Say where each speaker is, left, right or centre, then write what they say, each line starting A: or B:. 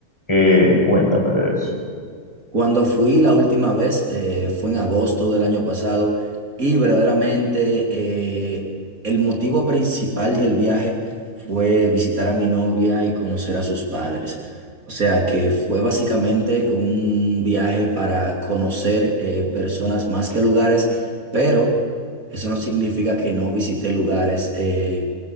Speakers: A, on the left; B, on the right.
A: qué, cuéntame de eso.
B: Cuando fui la última vez eh, fue en agosto del año pasado y verdaderamente eh, el motivo principal del viaje fue visitar a mi novia y conocer a sus padres. O sea que fue básicamente un viaje para conocer eh, personas más que lugares, pero eso no significa que no visité lugares. eh,